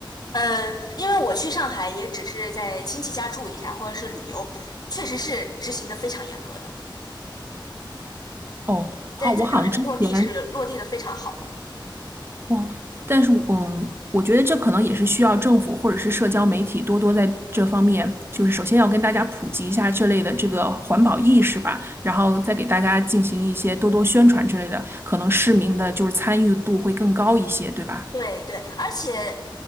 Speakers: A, on the left; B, on the right.
A: 呃，因为我去上海也只是在亲戚家住一下，或者是旅游，确实是执行的非常严格的，
B: 哦，好，
A: 在在上海落地是落地的非常好的。
B: 我好像之前哇，但是我嗯，我觉得这可能也是需要政府或者是社交媒体多多在这方面，就是首先要跟大家普及一下这类的这个环保意识吧，然后再给大家进行一些多多宣传之类的，可能市民的就是参与度会更高一些，对吧？
A: 对对，而且，